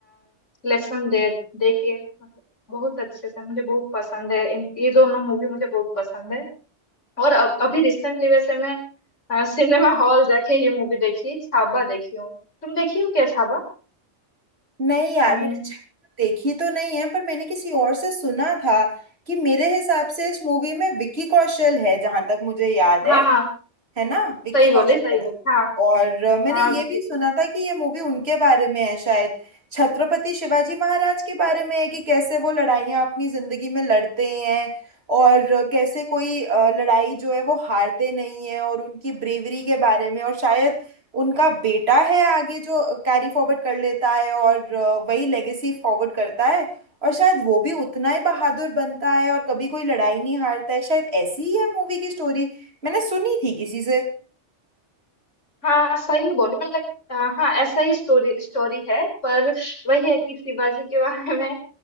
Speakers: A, on the left; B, on the right.
A: लेसन दे दे के मतलब बहुत अच्छे से मुझे बहुत पसंद है इन ये दोनों मूवी मुझे बहुत पसंद है और अब अभी रिसेंटली वैसे मैं सिनेमा हॉल जाके ये मूवी देखी छावा देखी हूँ तुम देखी हो क्या छावा
B: नहीं यार
A: हम्म,
B: मैंने छावा देखी तो नहीं है पर मैंने किसी और से सुना था कि मेरे हिसाब से इस मूवी में विकी कौशल है जहां तक मुझे याद है
A: हाँ हाँ
B: है ना विक्की
A: सही
B: कौशल
A: बोले सही
B: है
A: बोले हाँ
B: और अ, मैंने
A: हाँ
B: ये
A: विकी
B: भी
A: को
B: सुना था कि ये मूवी उनके बारे में है शायद छत्रपति शिवाजी महाराज के बारे में है कि कैसे वो लड़ाइयाँ अपनी जिंदगी में लड़ते हैं और अ, कैसे कोई अ, लड़ाई जो है वो हारते नहीं है और उनकी ब्रेवरी के बारे में और शायद उनका बेटा है आगे जो कैरी फॉरवर्ड कर लेता है और अ, वही लेगेसी फॉरवर्ड करता है और शायद वो भी उतना ही बहादुर बनता है और कभी कोई लड़ाई नहीं हारता है शायद ऐसी ही है मूवी की स्टोरी मैंने सुनी थी किसी से
A: हाँ सही बोले मतलब अ, हाँ ऐसा ही स्टोरी स्टोरी है पर वही है कि शिवाजी के बारे में